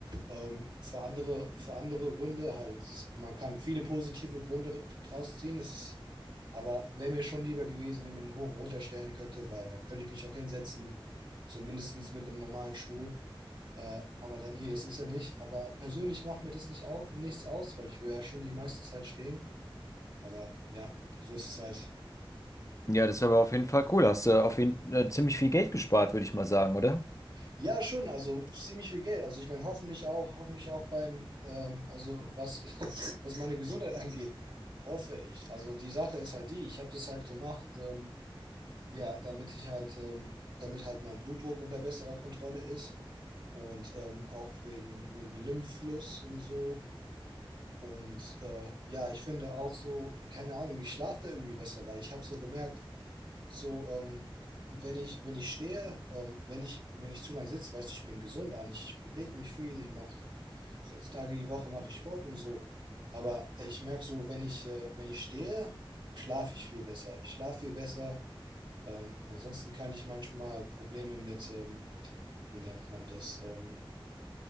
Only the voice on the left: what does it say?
Ja, das ist aber auf jeden Fall cool. Hast du auf jeden äh, ziemlich viel Geld gespart, würde ich mal sagen, oder?